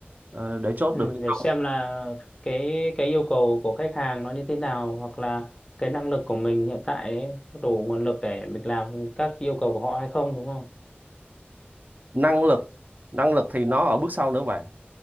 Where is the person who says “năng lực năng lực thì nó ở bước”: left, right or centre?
Right